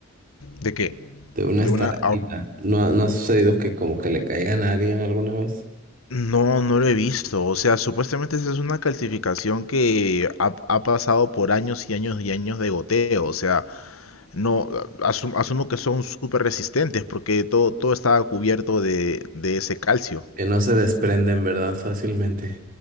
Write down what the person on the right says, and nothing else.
de una
estalactita.
¿No, no ha sucedido que como que le caiga a nadie alguna vez?
Que no se desprenden, ¿verdad? Fácilmente.